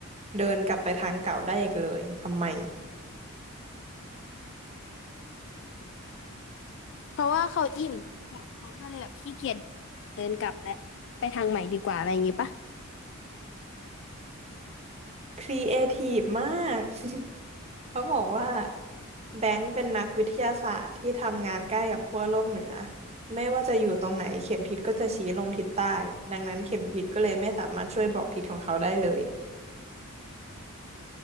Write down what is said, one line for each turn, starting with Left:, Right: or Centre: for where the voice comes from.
Right: เดินกลับไปทางเก่าได้อีกเลยทำไม
Left: เพราะว่าเขาอิ่มเขาก็เลยแบบขี้เกียจเดินกลับแหละไปทางใหม่ดีกว่าอะไรอย่างงี้ปะ
Right: ครีเอทีฟมาก <laughs> เขาบอกว่าแบงค์เป็นนักวิทยาศาสตร์ที่ทำงานใกล้กับขั้วโลกเหนือไม่ว่าจะอยู่ตรงไหนเข็มทิศก็จะชี้ลงทิศใต้ดังนั้นเข็มทิศก็เลยไม่สามารถช่วยบอกทิศของเขาได้เลย